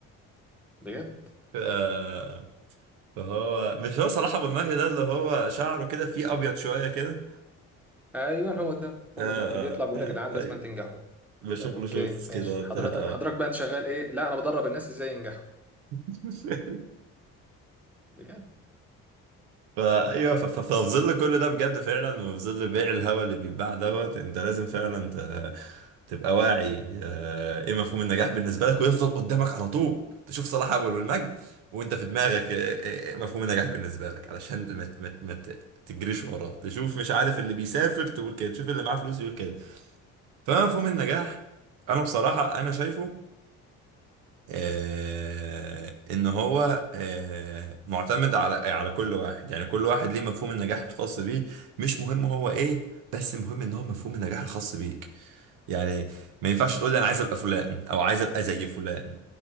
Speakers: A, in the centre; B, on the right.
A: بجد
B: آه، فهو مش هو صلاح ابو المهدي ده اللي هو شعره كده فيه ابيض شوية كده
A: ايوه هو ده
B: آه،
A: هو ده اللي بيطلع
B: آه،
A: بيقول
B: آه،
A: يا جدعان لازم
B: أيوة.
A: تنجحوا
B: بشوف
A: طب اوكي
B: له شورتس
A: ماشي
B: كده وبتاع
A: حضرتك
B: آه.
A: حضرتك بقى انت شغال ايه لا انا بدرب الناس ازاي ينجحوا
B: <laughs>
A: بجد
B: فايوه ف- ف- ففي ظل كل ده بجد فعلا وفي ظل بيع الهوا اللي بيتباع دوت انت لازم فعلا ت- تبقى واعي آه، ايه مفهوم النجاح بالنسبه لك ويفضل قدامك على طول تشوف صلاح اول والمجد وانت في دماغك آه، آه، آه، مفهوم النجاح بالنسبه لك علشان ما ت- ما ت- ما ت- تجريش وراه تشوف مش عارف اللي بيسافر تقول كده تشوف اللي معاه فلوس يقول كده فمفهوم النجاح انا بصراحه انا شايفه آه، ان هو آه، معتمد على على كل واحد يعني كل واحد ليه مفهوم النجاح الخاص بيه مش مهم هو ايه بس المهم ان هو مفهوم النجاح الخاص بيك يعني ما ينفعش تقول لي انا عايز ابقى فلان او عايز ابقى زي فلان